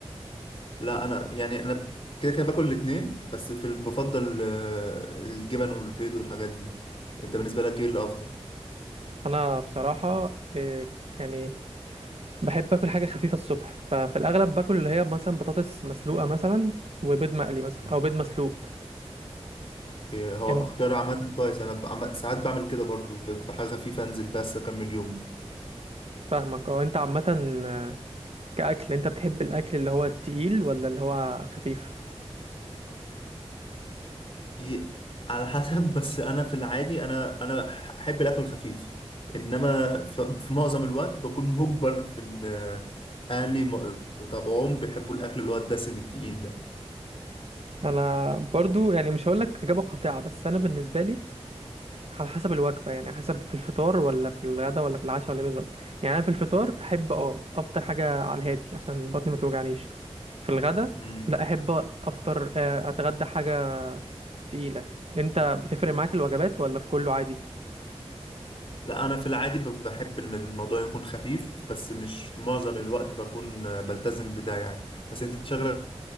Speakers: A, on the left (about 55°); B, on the right (about 65°).
A: لا انا يعني انا كده كده باكل الاتنين بس في ال- بفضل آه، الجبن والبيض والحاجات دي انت بالنسبه لك ايه الافضل
B: انا بصراحه إيه، يعني بحب اكل حاجه خفيفه الصبح ففي الاغلب باكل اللي هي مثلا بطاطس مسلوقه مثلا وبيض مقلي مثلا
A: آه.
B: او بيض مسلوق
A: أوكي، هو
B: انت
A: اختيار عامه كويس انا بعم- ساعات بعمل كده برضو بتبقى حاجه خفيفه انزل بس اكمل يوم
B: فاهمك اه انت عامه آه، كاكل انت بتحب الاكل اللي هو التقيل ولا اللي هو خفيف
A: ي- على حسب <laughs> بس انا في العادي انا انا احب الاكل الخفيف انما ف- في معظم الوقت بكون مجبر في ان آه، اهلي م- طبعهم بيحبوا الاكل اللي هو الدسم التقيل ده
B: انا برضو يعني مش هقول لك اجابه قاطعه بس انا بالنسبه لي على حسب الوجبه يعني على حسب في الفطار ولا في الغدا ولا في العشاء ولا إيه بالظبط يعني انا في الفطار احب اه افطر حاجه على الهادي عشان بطني ما توجعنيش في الغدا
A: مم.
B: لا احب افطر آه، اتغدى حاجه تقيلة انت بتفرق معاك الوجبات ولا في كله عادي
A: لا انا في العادي ب- بحب ان الموضوع يكون خفيف بس مش معظم الوقت بكون آه، بلتزم بده يعني بس انت شغلك